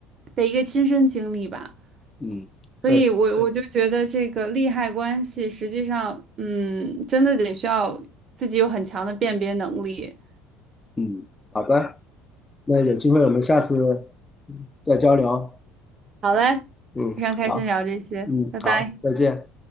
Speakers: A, on the right; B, on the left.
A: 的一个亲身经历吧。
B: 嗯，
A: 所以我，
B: 对，
A: 我就觉得这个利害关系，实际上，嗯，真的得需要自己有很强的辨别能力。
B: 嗯，好的，那有机会我们下次再交流。
A: 好嘞，
B: 嗯，
A: 非常开心聊这些，
B: 好，嗯，
A: 拜拜。
B: 好，再见。